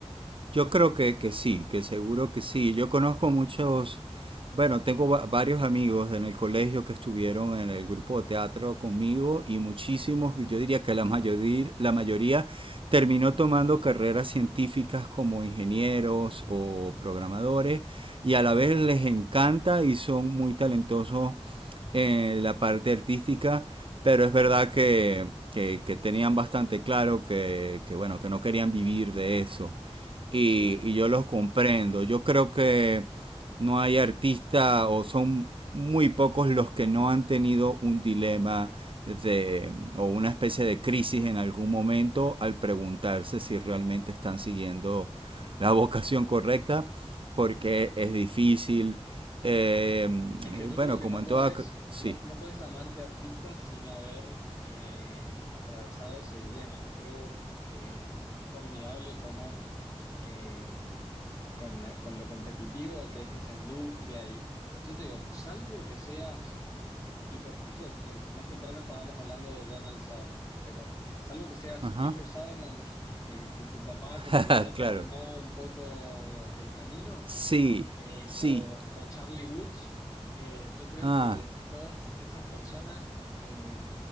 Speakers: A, on the right (about 55°); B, on the left (about 30°).
A: Yo creo que, que sí, que seguro que sí. Yo conozco muchos, bueno, tengo va- varios amigos en el colegio que estuvieron en el grupo de teatro conmigo y muchísimos, y yo diría que la mayoría, la mayoría terminó tomando carreras científicas como ingenieros o programadores y a
B: Ujú.
A: la vez les encanta y son muy talentosos en la parte artística, pero es verdad que, que, que tenían bastante claro que, que, bueno, que no querían vivir de eso. Y,
B: Sí.
A: y yo los comprendo. Yo creo que no hay artista o son muy pocos los que no han tenido un dilema de, o una especie de crisis en algún momento al preguntarse si realmente están siguiendo la <laughs> vocación correcta, porque es difícil, Em,
B: Es que
A: Eh,
B: yo
A: bueno,
B: creo que
A: como
B: no
A: en
B: podés,
A: toda... Sí.
B: no, no podés llamarte artista sin haber eh, atravesado ese dilema. Yo creo que es formidable cómo eh, con la, con lo competitivo que es esa industria y yo te digo, salvo que seas Tipo, justo eh, más temprano estábamos hablando de Donald Sutherland, pero salvo que seas
A: Ajá.
B: Kiefer Sutherland, que, que tu papá como
A: <laughs>
B: que ya te armó
A: claro.
B: un poco el camino,
A: Sí,
B: eh,
A: sí,
B: o, o Charlie Woods, eh, yo creo
A: Ah,
B: que todas esas personas, eh,